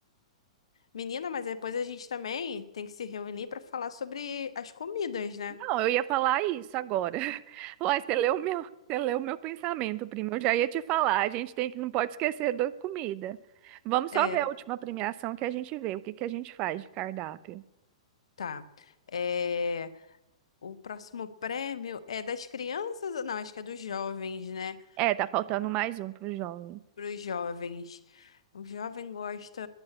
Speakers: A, on the left (about 65°); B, on the right (about 35°).
A: Menina, mas depois a gente também tem que se reunir para falar sobre as comidas, né?
B: não, eu ia falar isso agora. <laughs> Uai, você leu o meu, você leu o meu pensamento, primo. Eu já ia te falar. A gente tem que, não pode esquecer da comida. Vamos
A: É,
B: só ver a última premiação que a gente vê. O que que a gente faz de cardápio?
A: tá. É, o próximo prêmio é das crianças, não, acho que é dos jovens, né?
B: É, tá faltando mais um pro jovem.
A: para os jovens. O jovem gosta.